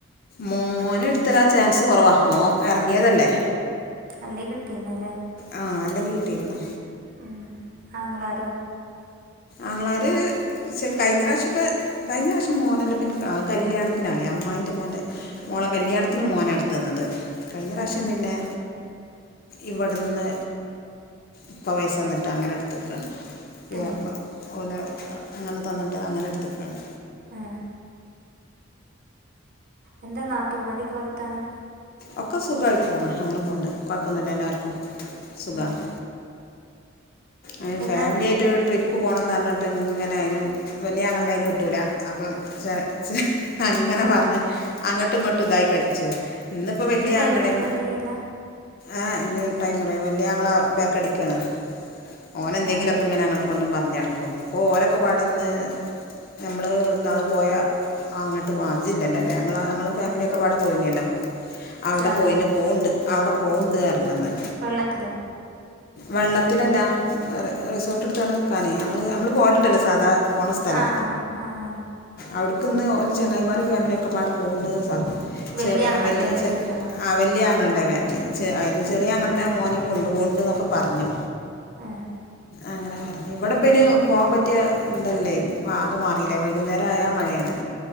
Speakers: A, on the left; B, on the right.
A: മോന് എടുത്തരാൻ ചാൻസ് കുറവാണ് മോ ഇറങ്ങിയതല്ലേ
B: അല്ലേ കിട്ടിന്നല്ലേ
A: ആഹ് അല്ലെങ്കിൽ കിട്ടിയിരുന്നു
B: ഉം ആങ്ങളാരോ.
A: ആങ്ങളാര്. പഷേ കയിഞ്ഞറാശ്യൊക്കെ കയിഞ്ഞ പ്രാവശ്യം മോനല്ല പിന്ന കല്യാണത്തിനാല്ലേ അമ്മായിന്റെ മോൻ്റെ. മോളെ കല്യാണത്തിന് മോനാടുത്തന്നത് കയിഞ്ഞ പ്രാവശ്യം
B: ഏ
A: പിന്നെ. ഇവിടുന്ന് ഇപ്പ പൈസന്നിട്ടങ്ങനെ എട് എടുത്തക്കാണ് പി
B: ഏ
A: ഓല അങ്ങനെ തന്നിട്ട് അങ്ങനെ എടുത്തക്കണ്.
B: ആഹ് എന്താ നാത്തുമാരൊക്കെ വർത്താനം.
A: ഒക്കെ സുഖായിട്ട് പോണ് അങ്ങനെ പോണ്ട് കൊഴപ്പന്നുല്ല എല്ലാർക്കും സുഖാണ്
B: ഉം.
A: അയ്ന്
B: എന്നാ
A: ഫാമിലിയായിട്ട് ട്രിപ്പ് പോണംമെന്ന് പറഞ്ഞിട്ട് ഇങ്ങനെ അയിനും വല്യ അങ്ങളെ അയിന് കിട്ടൂല്ല അപ്പം ചെറ ചെ അങ്ങനെ പറഞ്ഞ് അങ്ങട്ടും ഇങ്ങട്ടും ഇതായി കളിച്ച ഇന്നിപ്പോ വല്യ
B: ഇനിയും ടൈം
A: ആങ്ങളേം
B: റെഡി ആയില്ല
A: ആഹ് ഇനി ടൈം പറയാ വല്യ ആങ്ങള ബേക്ക്ടിക്കാണ് ഓനെന്തെങ്കിലൊക്കെ
B: ആ
A: ഇങ്ങനെ അങ്ങോട്ടും ഇങ്ങോട്ടും പറഞ്ഞടുക്കുംപ്പലൊക്കെ പാടൊന്ന് നമ്മള്ന്നാള് പോയ അങ്ങട്ട് പോ ജില്ലല്ലോല്ലേ ഞ ഞങ്ങളും ഫാമിലിയൊക്കെപാടെ പോയിനല്ലോ അവിടെ
B: ചാടാനോ
A: പോയിന് പോണ്ട് അവിടെ പോണ്ട് പറഞ്ന്ന്
B: വെള്ളത്തിലോ
A: വെള്ളത്തിലല്ല റ് റിസോർട്ട് എടുത്താണ്ട്‌ നിക്കാനേ ഞങ്ങള് നമ്മള് പോവലിണ്ടല്ലോ സാധാ പോണ സ്ഥലം
B: ആ ആ ആ ആ
A: അവിടുക്കിന്ന് ഓല് ചെങ്ങായിമാരും ഫാമിലിയൊക്കെ ഒക്കെപാടെ പോണ്ട് സാർ
B: വലിയ
A: ചെറിയ
B: ആങ്ങളുടെ
A: വല്യ
B: അതോ
A: ചെ
B: ചെറിയ ആങ്ങളുടെ
A: ആ വല്യ അങ്ങള്ടെ ഫാമിലി ചെ അയില് ചെറിയ അങ്ങള്ടെ മോനേം കൊണ്ട് പോണുണ്ട്‌ന്നൊക്കെ പറഞ്ഞു
B: ഏഹ്
A: അങ്ങനെ പറ ഇവിടെപ്പിനെ പോവാൻ പറ്റ്യഇതല്ലേ ആകെ മാറില്ലേ വൈകുന്നേരായ മഴയാണ്